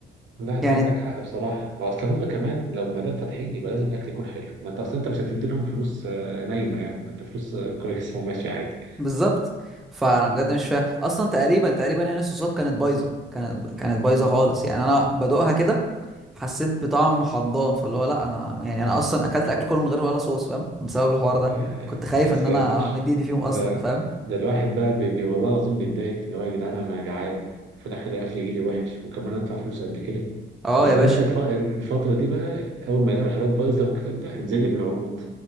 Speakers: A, on the right; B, in the centre.
A: لا انت
B: يعني
A: عندك حق بصراحة هو اصل هم كمان لو ما دام فاتحين يبقى لازم الاكل يكون حلو ما انت اصل انت مش هتدي لهم فلوس آه، نايمة يعني ما انت فلوس آه، كويس <laughs> وماشي عادي
B: بالظبط فانا
A: مم.
B: بجد مش فاهم اصلا تقريبا تقريبا يعني الصوصات كانت بايظه كانت كانت بايظه خالص يعني انا بدوقها كده حسيت بطعم حمضان فاللي هو لا انا يعني انا اصلا اكلت اكل كله من غير ولا صوص فاهم بسبب الحوار ده
A: يا
B: كنت خايف
A: يا ساتر
B: ان انا همد ايدي فيهم اصلا
A: ده
B: فاهم
A: ده الواحد بقى بي بي والله العظيم بيتضايق اللي هو يا جدعان انا جعان في الاخر الاكل يجي لي وحش وكمان ادفع فلوس قد كده
B: اه
A: وبعدين
B: يا باشا
A: بقى الف- الفترة دي بقى اول ما يلاقوا الحاجات بايظة والكلام ده انزل لي بالعروض